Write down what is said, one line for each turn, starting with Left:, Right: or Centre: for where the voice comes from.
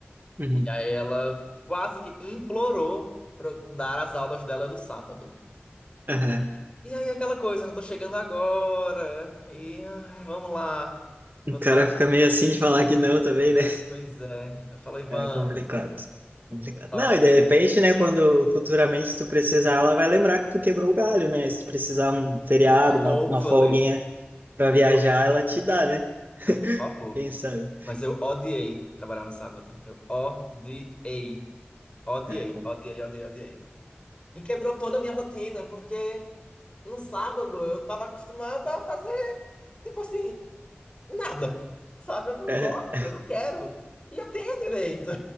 Right: Uhum.
Left: E aí ela quase que implorou pra eu dar as aulas dela do sábado.
Right: Aham.
Left: E aí aquela coisa, não tô chegando agora. E ai, vamos lá. Vou
Right: O
Left: dar.
Right: cara fica meio assim de falar que não também, né?
Left: Pois é. Eu falei, vamos.
Right: É complicado. Complicado.
Left: Só
Right: Não,
Left: que,
Right: e de repente, né, quando futuramente se tu precisar, ela vai lembrar que tu quebrou o galho, né? Se tu precisar um feriado, uma,
Left: hopefully,
Right: uma folguinha pra
Left: por
Right: viajar,
Left: favor.
Right: ela te dá, né?
Left: Ai, por favor.
Right: Quem sabe?
Left: Mas eu odiei trabalhar no sábado. Eu odiei. Odiei,
Right: É, com-
Left: odiei, odiei, odiei. E quebrou toda a minha rotina, porque no sábado eu tava acostumada a fazer, tipo assim. Nada. Sabe? Eu não
Right: <laughs>
Left: gosto, eu não quero. E eu tenho direito.